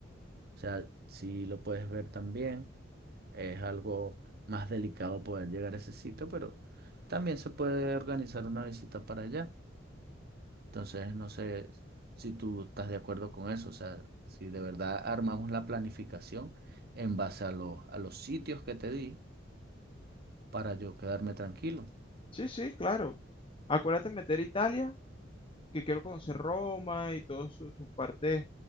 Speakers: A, on the right (about 55°); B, on the left (about 30°).
A: o sea, si lo puedes ver también. Es algo más delicado poder llegar a ese sitio, pero también se puede organizar una visita para allá. Entonces, no sé si tú estás de acuerdo con eso, o sea, si de verdad armamos la planificación en base a los, a los sitios que te di para yo quedarme tranquilo.
B: Sí, sí, claro. Acuérdate de meter Italia, que quiero conocer Roma y todas su- sus partes